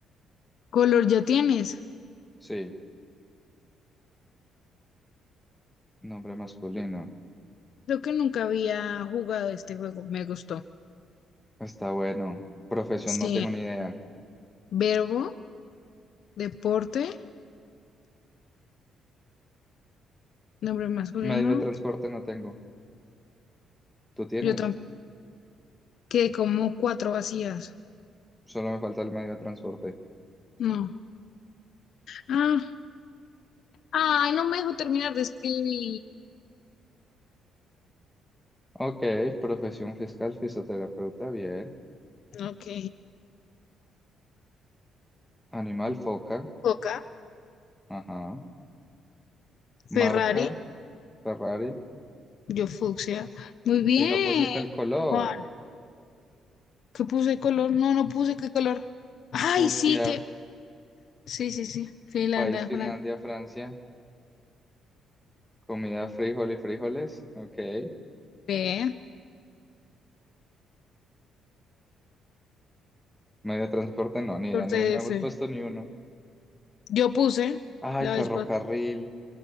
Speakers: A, on the left (about 55°); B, in the centre.
A: Color ya tienes.
B: Sí, nombre masculino.
A: Creo que nunca había jugado este juego. Me gustó.
B: Está bueno. Profesión
A: Sí.
B: no tengo ni idea.
A: Verbo, deporte, nombre masculino.
B: Medio de transporte no tengo. ¿Tú tienes?
A: Yo tampoco. Quedé como cuatro vacías.
B: Solo me falta el medio de transporte.
A: No. Ah, ay, no me dejo terminar de escribir.
B: Ok, profesión fiscal, fisioterapeuta, bien.
A: Ok.
B: Animal, foca.
A: Coca,
B: Ajá.
A: Ferrari,
B: Marca, Ferrari.
A: yo fucsia. Muy bien,
B: Y no pusiste el color.
A: Juan. ¿Qué puse color? No, no puse qué color. Ay,
B: Fucsia.
A: sí que. Sí, sí, sí. Finlandia,
B: País, Finlandia,
A: Francia.
B: Francia. Comida, frijol y frijoles. Ok. Eh,
A: Bien.
B: medio de transporte, no, ni idea.
A: Corte
B: No,
A: de
B: no hemos
A: F.
B: puesto ni uno.
A: Yo puse
B: Ay,
A: la
B: ferrocarril
A: vez pas-